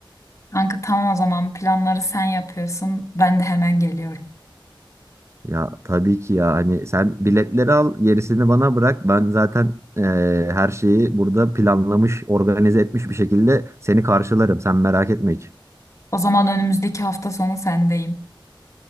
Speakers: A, on the left (about 35°); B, on the right (about 35°).
A: Kanka tamam o zaman planları sen yapıyorsun. Ben de hemen geliyorum.
B: Ya tabii ki ya hani sen biletleri al gerisini bana bırak. Ben zaten e, her şeyi burada planlamış, organize etmiş bir şekilde seni karşılarım. Sen merak etme hiç.
A: O zaman önümüzdeki hafta sonu sendeyim.